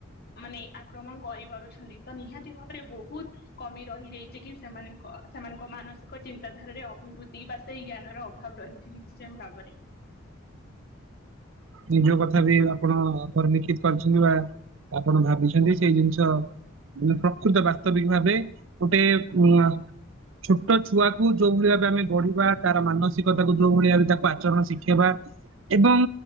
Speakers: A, on the left; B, on the right.
A: ମାନେ ଆକ୍ରମଣ କରିପାରୁଛନ୍ତି ତ ନିହାତି ଭାବରେ ବହୁତ କମି ରହିଯାଇଛି, କି ସେମାନଙ୍କ ସେମାନଙ୍କ ମାନସିକ ଚିନ୍ତାଧାରାରେ ଅଭିବୃଦ୍ଧି ବା ସେଇ ଜ୍ଞାନର ଅଭାବ ରହିଛି ନିଶ୍ଚୟ ଭାବରେ
B: ନି ଯୋଉ କଥା ବି ଆପଣ ପରିଲିଖିତ କରିଛନ୍ତି ବା ଆପଣ ଭାବିଛନ୍ତି ସେଇ ଜିନିଷ ଉପ୍ରକୃତ ବାସ୍ତବିକ ଭାବେ ଗୋଟେ ଉ ଛୋଟ ଛୁଆକୁ ଯୋଉ ଭଳି ଭାବେ ଆମେ ଗଢିବା ତାର ମାନସିକତାକୁ ଯୋଉ ଭଳି ଭାବେ ତାକୁ ଆଚରଣ ଶିଖେଇବା ଏବଂ